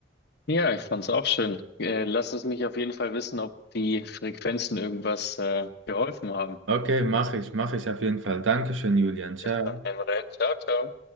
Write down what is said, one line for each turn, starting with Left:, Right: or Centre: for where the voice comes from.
Left: Ja, ich fand's auch schön. Äh, lass es mich auf jeden Fall wissen, ob die Frequenzen irgendwas äh, geholfen haben.
Right: Okay, mache ich, mache ich auf jeden Fall. Dankeschön, Julian. Ciao.
Left: Bis dann, Emre. Ciao, ciao.